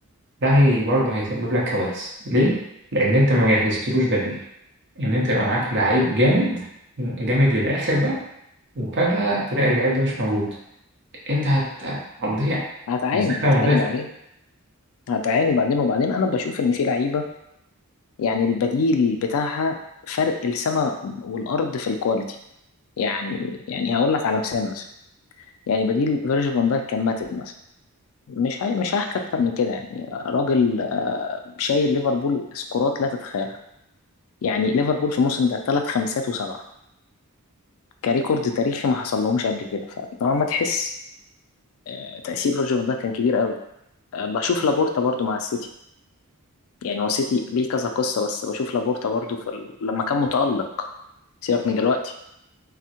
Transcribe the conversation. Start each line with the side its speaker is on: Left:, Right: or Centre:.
Right: ده هي برضه هيسبب لك كوارث ليه؟ لأن أنت ما جهزتلوش بديل إن أنت يبقى معاك لعيب جامد جامد للآخر بقى وفجأة تلاقي اللعيب ده مش موجود أنت هت- هتضيع
Left: هتعاني
Right: بالذات لو
Left: هتعاني
Right: مدافع
Left: بعدين هتعاني بعدين وبعدين انا بشوف ان في لعيبه يعني البديل بتاعها فرق السماء والارض في الكواليتي يعني يعني هقول لك على مثال مثلا يعني بديل فيرجيل فان دايك كان ماتب مثلا مش هي... مش هحكي اكتر من كده يعني راجل آه، شايل ليفربول سكورات لا تتخيلها يعني ليفربول في الموسم ده ثلاث خمسات وسبعه كريكورد تاريخي ما حصل لهمش قبل كده فطالما تحس آه، تاثير فيرجيل فان دايك كان كبير قوي آه، بشوف لابورتا برضو مع السيتي يعني هو سيتي ليه كذا قصة بس بشوف لابورتا برضو في ال... لما كان متألق سيبك من دلوقتي